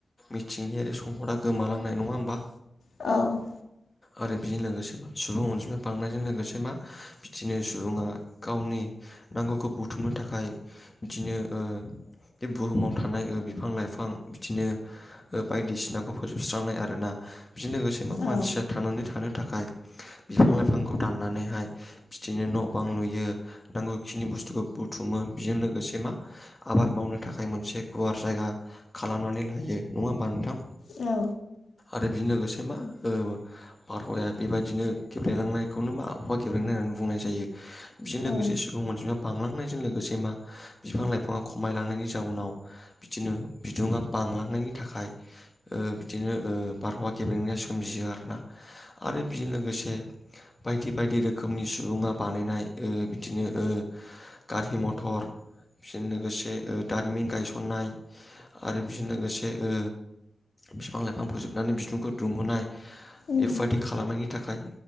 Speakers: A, on the left; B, on the left.
A: मिथिंगायारि सम्पदा गोमालांनाय नङा होमबा
B: औ
A: आरो बेजों लोगोसे मा सुबुं अनजिमा बांनायजों लोगोसे मा बिदिनो सुबुङा गावनि नांगौखौ बुथुमनो थाखाय बिदिनो ओ बे बुहुमाव थानाय बिफां लाइफां बिदिनो बायदिसिनाखौ फोजोबस्रांनाय आरोना बिजों लोगोसे मा
B: औ
A: मानसिया थांनानै थानो थाखाय बिफां लाइफांखौ दाननानैहाय बिदिनो न' बां लुयो नांगौखिनि बुस्थुखौ बुथुमो बेजों लोगोसे मा आबाद मावनो थाखाय मोनसे गुवार जायगा खालामनानै लायो नङा होमबा नोंथां
B: औ
A: आरो बेजों लोगोसे मा ओ बारहावाया बेबायदिनो गेब्रेंलांनायखौनो मा आबहावा गेब्रेंनाय होननानै बुंनाय जायो बेजों लोगोसे
B: औ
A: सुबुं अनजिमाया बांलांनायजों लोगोसे मा बिफां लाइफाङा खमायलांनायनि जाउनाव बिदिनो बिदुङा बांलांनायनि थाखाय बिदिनो बारहावा गेब्रेंनाया सोमजियो आरोना आरो बेजों लोगोसे बायदि बायदि रोखोमनि सुबुङा बानायनाय ओ बिदिनो गारि मथर बिजों लोगोसे दारिमिन गायसननाय आरो बेजों लोगोसे ओ बिफां लाइफां फोजोबनानै बिदुंखौ दुंहोनाय
B: उम
A: बेबायादि खालामनायनि थाखाय